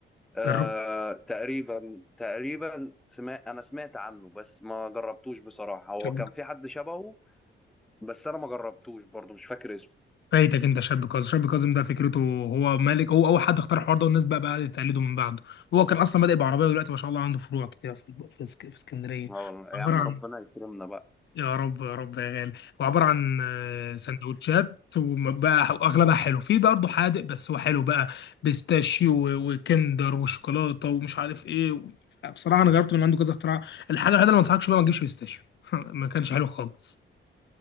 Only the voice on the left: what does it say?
جربت
شاب
فايتك انت شاب كاظم شاب كاظم ده فكرته هو مالك هو اول حد اختار الحوار ده والناس بقى بقى تقلده من بعده هو كان اصلا بادئ بعربيه ودلوقتي ما شاء الله عنده فروع كتير في في اسك- في اسكندريه
عباره
عن
يا رب يا رب يا غالي هو عبارة عن آه، سندوتشات وبقى واغلبها حلو في برضه حادق بس هو حلو بقى بيستاشيو و- وكندر وشوكولاتة ومش عارف ايه و... بصراحة انا جربت من عنده كذا اختراع الحاجة الوحيدة اللي ما انصحكش بقى ما تجيبش بيستاشيو <laughs> ما كانش حلو خالص